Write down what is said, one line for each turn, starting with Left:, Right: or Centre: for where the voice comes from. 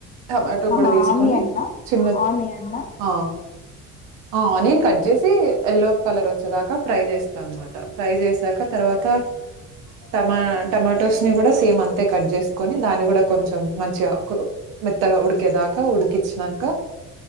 Right: టమాటో గుడా
Left: ఆహా
Right: తీసుకొని
Left: ఆనియన్నా
Right: చిన్నద్
Left: ఆనియన్నా
Right: ఆ ఆ ఆనియన్ కట్ చేసి ఎల్లో కలర్ వచ్చేదాకా ఫ్రై చేస్తా అనమాట ఫ్రై చేసాక తర్వాత టమా టమాటోస్ ని గుడా సేమ్ అంతే కట్ చేసుకొని దాన్ని గుడా కొంచెం మంచిగా కు మెత్తగా ఉడికేదా కు ఉడికిచ్చినంక